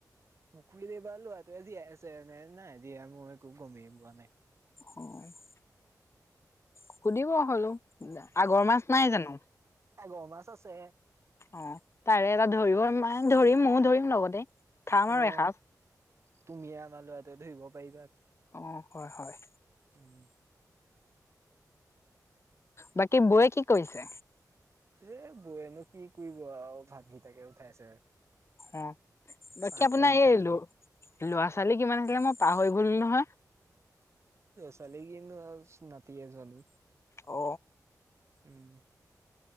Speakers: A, on the right; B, on the left.
A: পুখুৰীত এবাৰ লৰাটোৱে জীয়াই আছে নে নাই জীয়াই মই একো গমেই পোৱা নাই।
B: অ। সুধিব হলো আগৰ মাছ নাই জানো?
A: এগ মাছ আছে।
B: অ তাৰে এটা ধৰিব মে ধৰিম ময়ো ধৰিম লগতে। খাম আৰু
A: অ
B: এসাঁজ
A: তুমিয়ে আমাৰ লৰাটো ধৰিব পাৰিবা।
B: অঁ হয় হয়।
A: উম,
B: বাকী বৌয়ে কি কৰিছে?
A: এ বৌয়েনো কি কৰিব আৰু ভাতকটাকে উঠাইছে।
B: অ বাকী
A: চাহকণ
B: আপোনাৰ
A: খাই
B: এই ল'ৰা
A: লৈ
B: ছোৱালী কিমান আছিলে মই পাহৰি গ'ল নহয়।
A: ছালীগন নাতিয়ে চোৱালী।
B: অ।
A: উম।